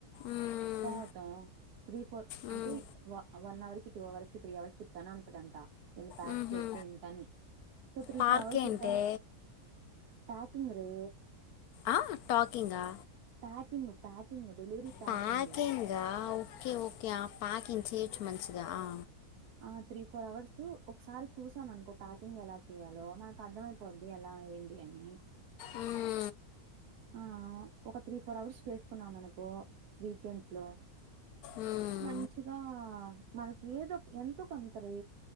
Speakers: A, on the left (about 80°); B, on the right (about 85°).
A: మ్మ్
B: పోతంవు త్రీ ఫోర్
A: మ్మ్
B: అంటే వ వన్ అవర్ కి టూ అవర్స్ కి త్రీ అవర్స్ కి ఇట్టనే ఉంటదంట ఇన్ని ప్యాక్స్
A: మ్మ్ హు
B: చేస్తే ఇంతని ఉంటుంది
A: పార్క్
B: బాగ శుద్ధంగ
A: ఏంటే
B: టాకింగు రే
A: ఆ టాకింగా
B: ప్యాకింగ్ ప్యాకింగ్ డెలివరీ ప్యాకింగ్
A: ప్యాకింగా ఓకే ఓకే ఆ పాకింగ్ చేయొచ్చు మంచిగా ఆ
B: ఆ త్రీ ఫోర్ అవర్సు ఒకసారి చూసాం అనుకో ప్యాకింగ్ ఎలా చెయాలో మనకర్థమై పోద్ది ఎలా ఏంది అనీ
A: ఉమ్మ్
B: ఆ ఒక త్రీ, ఫోర్ అవర్స్ తీసుకున్నాం అనుకో, వీకెండ్స్ లో
A: మ్మ్,
B: మంచిగా మనకి ఏదో, ఎంతో కొంతరే